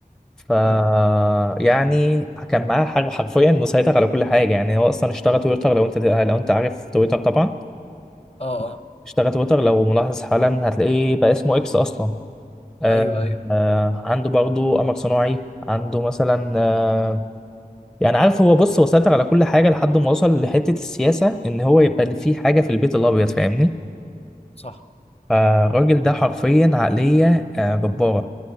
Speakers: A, in the centre; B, on the left (about 40°).
A: ف
B: مم.
A: يعني كان معاه حاجه حرفيا مسيطر على كل حاجه يعني هو اصلا اشترى تويتر لو انت لو انت عارف تويتر طبعا
B: اه اه
A: اشترى تويتر لو ملاحظ حالا هتلاقيه بقى اسمه اكس اصلا آه
B: ايوه ايوه
A: آه عنده برضه قمر صناعي عنده مثلا آه يعني عارف هو بص هو سيطر على كل حاجة لحد ما وصل لحتة السياسة إن هو يبقى اللي فيه حاجة في البيت الأبيض فاهمني
B: صح
A: فالراجل ده حرفيا عقلية آه جبارة